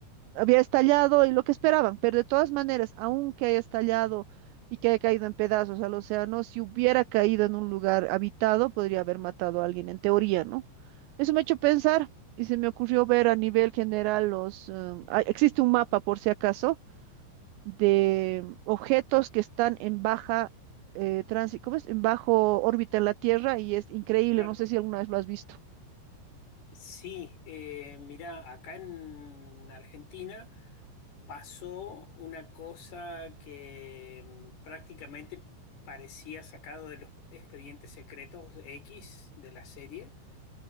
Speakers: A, on the right; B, on the left.
A: había estallado y lo que esperaban, pero de todas maneras, aunque haya estallado y que haya caído en pedazos al océano, si hubiera caído en un lugar habitado, podría haber matado a alguien, en teoría, ¿no? Eso me ha hecho pensar y se me ocurrió ver a nivel general los... eh, ah, existe un mapa por si acaso de objetos que están en baja eh, tránsito, ¿cómo es? En bajo órbita en la Tierra y es increíble,
B: Claro.
A: no sé si alguna vez lo has visto.
B: Sí, eh, mirá, acá en Argentina pasó una cosa que mm, prácticamente parecía sacado de los expedientes secretos X de la serie,